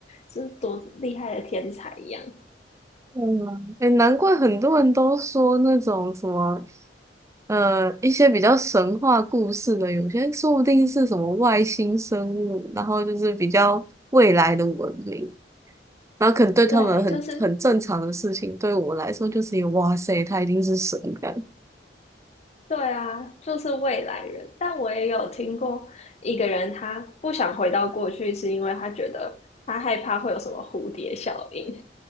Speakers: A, on the left; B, on the right.
A: 是多厉害的天才一样。
B: 嗯，哎，难怪很多人都说那种什么，呃，一些比较神话故事的，有些说不定是什么外星生物，然后就是比较未来的文明，然后可能对他们很很正常的事情，
A: 对，就是
B: 对我来说就是一个哇塞，他一定是神的
A: 对啊，就是未来人。但我也有听过一个人，他不想回到过去，是因为他觉得他害怕会有什么蝴蝶效应。